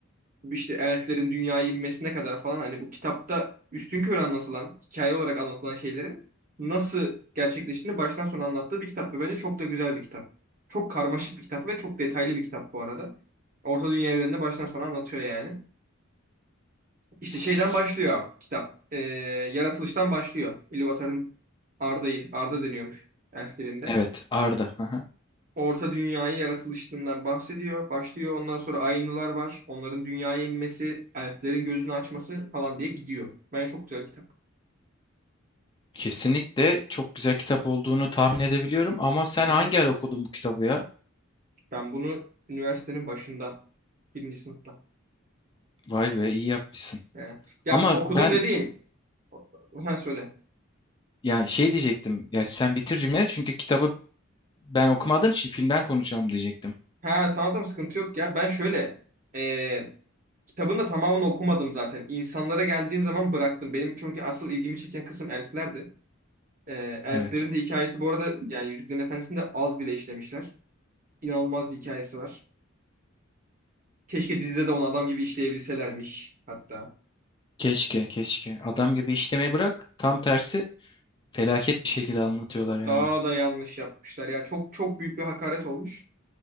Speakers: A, on the right; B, on the left.
A: işte elflerin dünyaya inmesine kadar falan hani bu kitapta üstün körü anlatılan, hikaye olarak anlatılan şeylerin nasıl gerçekleştiğini baştan sona anlattığı bir kitap ve bence çok da güzel bir kitap. Çok karmaşık bir kitap ve çok detaylı bir kitap bu arada. Orta Dünya evrenini baştan sona anlatıyor yani. İşte
B: S-
A: şeyden başlıyor abi, kitap. Ee, yaratılıştan başlıyor. Ilúvatar'ın Arda'yı, Arda deniyormuş elflerinde.
B: Evet, Arda. Hı hı.
A: Orta Dünya'yı yaratılışından bahsediyor, başlıyor. Ondan sonra Ainular var. Onların dünyaya inmesi, elflerin gözünü açması falan diye gidiyor. Bence çok güzel bir kitap.
B: Kesinlikle çok güzel kitap olduğunu tahmin edebiliyorum ama sen
A: Hı
B: hangi
A: hı.
B: ara okudun bu kitabı ya?
A: Ben bunu üniversitenin başında, birinci sınıfta.
B: Vay be iyi yapmışsın.
A: Yani, ya
B: Ama
A: okudum
B: ben
A: dediğim. Ha söyle.
B: ya şey diyecektim. Ya sen bitir cümleyi çünkü kitabı ben okumadığım için filmden konuşalım diyecektim.
A: Ha tamam tamam sıkıntı yok ya. Ben şöyle e, kitabın da tamamını okumadım zaten. İnsanlara geldiğim zaman bıraktım. Benim çünkü asıl ilgimi çeken kısım elflerdi. E, elflerin
B: Evet.
A: de hikayesi bu arada yani Yüzüklerin Efendisi'nde az bile işlemişler. İnanılmaz bir hikayesi var. Keşke dizide de onu adam gibi işleyebilselermiş hatta.
B: Keşke, keşke. Adam gibi işlemeyi bırak. Tam tersi felaket bir şekilde anlatıyorlar yani.
A: Daha da yanlış yapmışlar ya. Çok çok büyük bir hakaret olmuş.